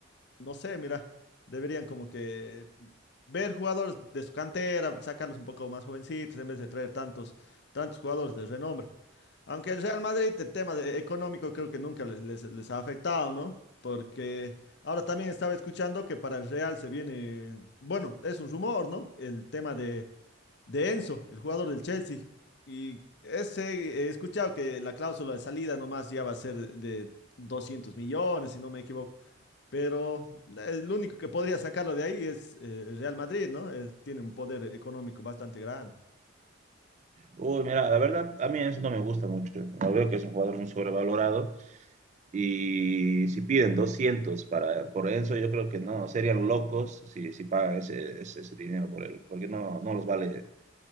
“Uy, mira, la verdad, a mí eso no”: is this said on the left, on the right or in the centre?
Right